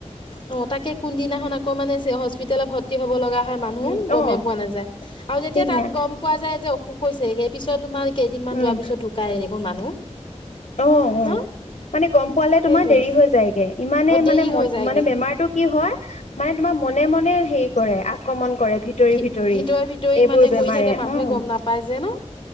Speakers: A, on the left; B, on the left.
A: অ, তাকে কোনদিনাখন আকৌ মানে হস্পিতেলত ভৰ্তি হ'ব লগা হয় মানুহ
B: উম
A: গমেই
B: অ
A: পোৱা নাযায় আৰু যেতিয়া
B: ঠিক
A: তাত
B: নাই
A: গম পোৱা যায় যে অসুখ হৈছে সে পিছত তোমাৰ কেইদিনমান
B: উম
A: যোৱাৰ পিছত ঢুকাই এনেখোন মানুহ।
B: অ' অ'
A: ন
B: মানে গম পোৱালে
A: সেইটোৱে
B: তোমাৰ দেৰি হৈ যায়গে। ইমানে
A: অ দেৰি
B: মানে মন
A: হৈ যায়গে
B: মানে বেমাৰটো কি হয় মানে তোমাৰ মনে মনে হেৰি কৰে আক্ৰমণ কৰে ভিতৰি
A: ভি
B: ভিতৰি
A: ভিতৰে ভিতৰি
B: এইবোৰ
A: মানে
B: বেমাৰে
A: কৰি থাকে মানুহে
B: উম
A: গম নাপায় যে ন